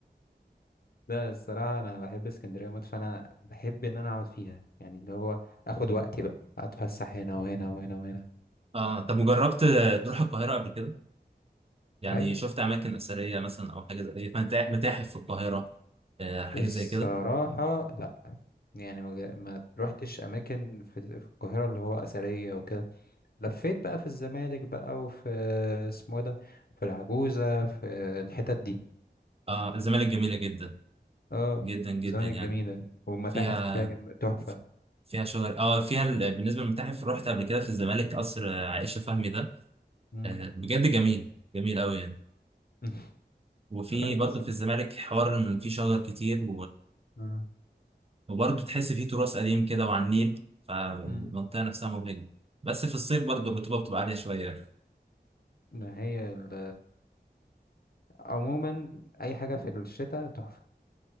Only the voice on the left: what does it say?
لا الصراحه انا بحب اسكندريه موت فانا بحب ان انا اقعد فيها يعني اللي هو اخد وقتي بقى اتفسح هنا وهنا وهنا وهنا
بس-
ايوه
الصراحه
لا يعني ما جا- ما روحتش اماكن في في القاهره اللي هو اثريه وكده لفيت بقى في الزمالك بقى وفي اسمه إيه ده في العجوزه في الحتت دي
اه
زمان
الجميلة والمتاحف
اللي فيها جم... تحفة
مم.
مم.
<laughs>
كويس
والله.
آه.
مم.
ما هي ال... عموما أي حاجة في الشتاء تحفة